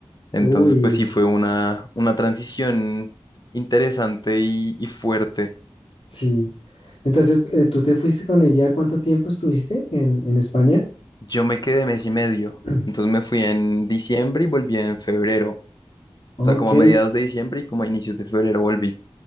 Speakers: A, on the left; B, on the left.
A: Entonces,
B: Uy,
A: pues sí, fue una, una transición interesante y, y fuerte.
B: sí. Entonces, eh, ¿tú te fuiste con ella? ¿Cuánto tiempo estuviste en, en España?
A: Yo me quedé mes y medio,
B: <clears throat>
A: entonces me fui en diciembre y volví en febrero, o
B: Ok,
A: sea, como a mediados de diciembre y como a inicios de febrero volví.